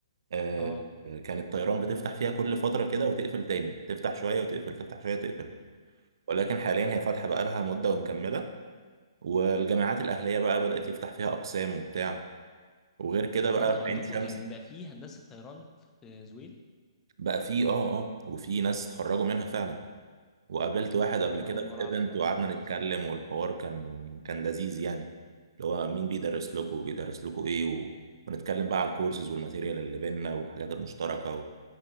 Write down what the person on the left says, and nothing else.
اه
يعني انتوا
عندكم
يعني بقى فيه هندسة طيران في زويل
انا
اول مرة
اعرف
المعلومة
دي اصلا